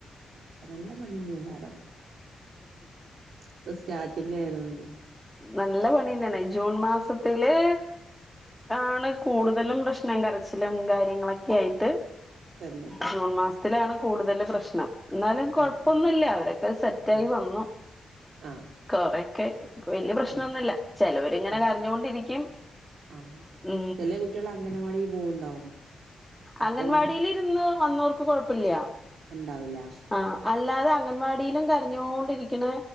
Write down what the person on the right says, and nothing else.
ആ അപ്പൊ നല്ല മണിണ കാരം ഇപ്പൊ സ്റ്റാർട്ടിങ് ആയതുകൊണ്ട്
തന്നെ
ആഹ്
ആഹ്
ആഹ്
ആഹ്
ആഹ്
ആഹ്
ചില കുട്ടികൾ അംഗനവാടി പോവുണ്ടാവും അപ്പം
ഉണ്ടാവില്ല